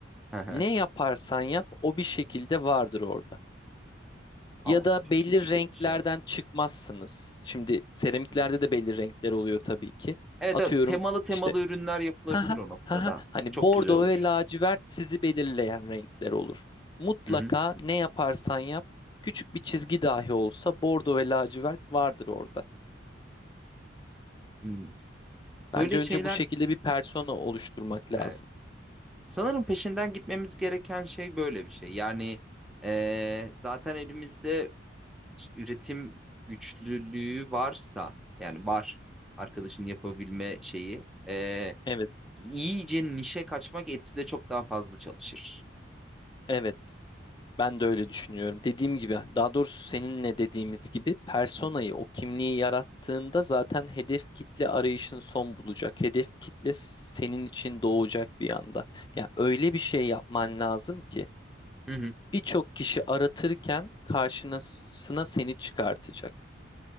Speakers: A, in the centre; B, on the left.
A: hı hı.
B: Ne yaparsan yap o bir şekilde vardır orada.
A: Ama
B: Ya da
A: çok
B: belli
A: iyi fikirmiş
B: renklerden
A: ya.
B: çıkmazsınız. Şimdi seramiklerde
A: Hı hı.
B: de belli renkler oluyor tabii ki.
A: Evet,
B: Atıyorum
A: evet, temalı temalı
B: işte
A: ürünler yapılabilir
B: Ha ha
A: o noktada.
B: ha ha. Hani
A: Çok
B: bordo
A: güzel olur.
B: ve lacivert sizi belirleyen renkler olur. Mutlaka
A: Hı hı.
B: ne yaparsan yap, küçük bir çizgi dahi olsa bordo ve lacivert vardır orada.
A: Hmm.
B: Bence
A: Böyle
B: önce
A: şeyler
B: bu şekilde bir persona oluşturmak lazım.
A: e, Sanırım peşinden gitmemiz gereken şey böyle bir şey. Yani eee, zaten elimizde işte üretim güçlülüğü varsa yani var arkadaşın yapabilme şeyi eee,
B: Evet,
A: iyice nişe kaçmak Etsy'de çok daha fazla çalışır.
B: evet. Ben de öyle düşünüyorum. Dediğim gibi, daha doğrusu seninle dediğimiz gibi personayı,
A: Hı hı.
B: o kimliği yarattığında zaten hedef kitle arayışın son bulacak. Hedef kitle senin için doğacak bir anda. Ya öyle bir şey yapman lazım ki
A: Hı hı.
B: birçok kişi aratırken karşısına seni çıkartacak.